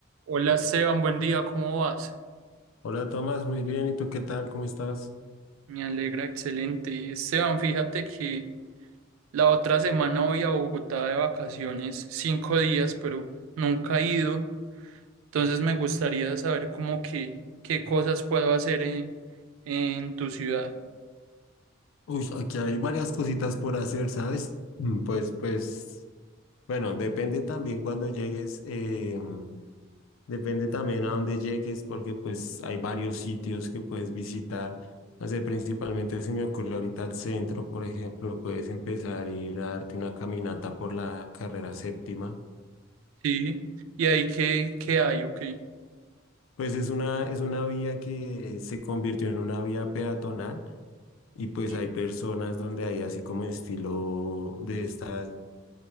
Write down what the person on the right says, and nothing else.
Hola Esteban, buen día, ¿cómo vas?
Me alegra, excelente. Esteban, fíjate que la otra semana voy a Bogotá de vacaciones, cinco días, pero nunca he ido. Entonces me gustaría saber cómo que, qué cosas puedo hacer en, en tu ciudad.
Sí. ¿Y ahí qué, qué hay? Ok.
Sí.